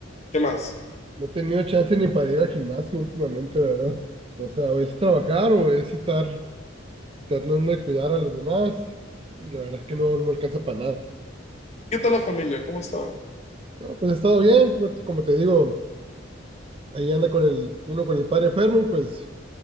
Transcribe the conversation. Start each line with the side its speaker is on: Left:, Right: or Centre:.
Left: ¿Qué más?
Right: No he tenido chance ni para ir al gimnasio últimamente, la verdad. O sea, o es trabajar o es estar tratando de cuidar a los demás y la verdad es que no, no alcanza para nada.
Left: ¿Qué tal la familia? ¿Cómo ha estado?
Right: No, pues ha estado bien, no te- como te digo, ahí anda con el, uno con el padre enfermo y pues